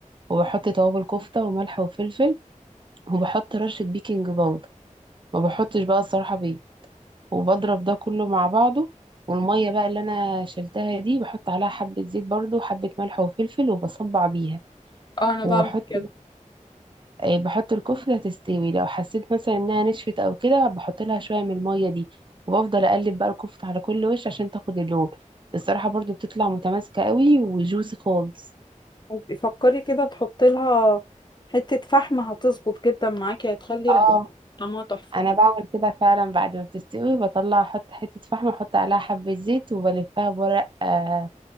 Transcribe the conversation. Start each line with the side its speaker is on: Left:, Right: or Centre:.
Right: وبحط توابل كفتة وملح وفلفل وبحط رشة بيكنج باودر ما بحطش بقى الصراحة بيه وبضرب ده كله مع بعضه والمية بقى اللي أنا شلتها دي بحط عليها حبة زيت برضو وحبة ملح وفلفل وبصبع بيها
Left: آه، أنا
Right: وبحط
Left: بعمل كده
Right: آه، بحط الكفتة تستوي لو حسيت مثلا إنها نشفت أو كده بحط لها شوية من المية دي وبفضل أقلب بقى الكفتة على كل وش عشان تاخد اللون الصراحة برضو بتطلع متماسكة قوي وجوسي خالص
Left: وبي- فكري كده تحطي لها حتة فحم هتظبط جدا معاكي هتخلي
Right: اه
Left: ريحتها طعمها تحفة
Right: انا بعمل كده فعلا بعد ما بتستوي بطلع احط حتة فحم احط عليها حبة زيت وبلفها بورق آه